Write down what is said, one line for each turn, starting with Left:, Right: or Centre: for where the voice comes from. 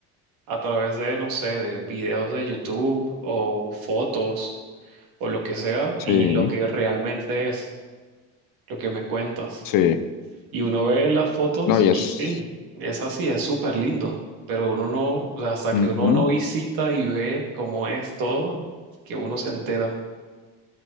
Right: a través de, no sé, de videos de YouTube o fotos o lo que sea
Left: sí,
Right: y lo que realmente es, lo que me cuentas.
Left: sí.
Right: Y uno ve las fotos
Left: No, y
Right: y
Left: es.
Right: sí, es así, es súper lindo, pero uno no, o sea, hasta
Left: ujú.
Right: que uno no visita y ve cómo es todo, que uno se entera.